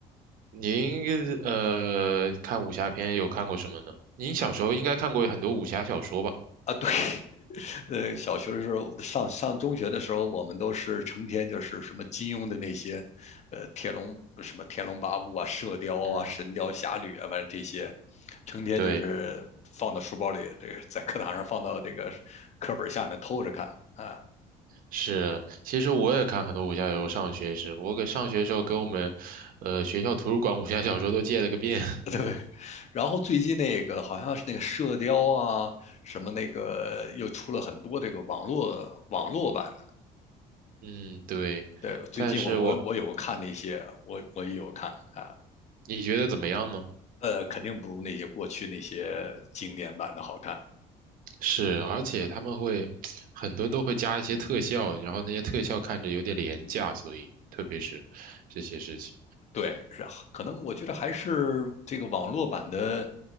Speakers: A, on the right; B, on the left.
A: 您呃看武侠片有看过什么呢？您小时候应该看过很多武侠小说吧？
B: 啊，对，<laughs> 呃，小学的时候，上上中学的时候，我们都是成天就是什么金庸的那些，呃，天龙什么天龙八部啊、射雕啊、
A: 嗯。
B: 神雕侠侣啊，反正这些，成天就是放到书包里，
A: 对。
B: 这个在课堂上放到这个课本下面偷着看啊，
A: 是，其实我也看很多武侠小说。上学时，我给上学时候给我们，呃，学校图书馆武侠小说都借了个遍。<laughs>
B: <laughs> 对。然后最近那个好像是那个射雕啊，什么那个又出了很多这个网络网络版
A: 嗯，对。
B: 的，对，最近我我我有看那些，
A: 但是我，
B: 我我也有看啊。
A: 你觉得怎么样呢？
B: 呃，肯定不如那些过去那些经典版的好看。
A: 是，而且他们会很多都会加一些特效，
B: 嗯，
A: 然后那些特效看着有点廉价，所以特别是这些事情，
B: 对，是啊可能我觉得还是这个网络版的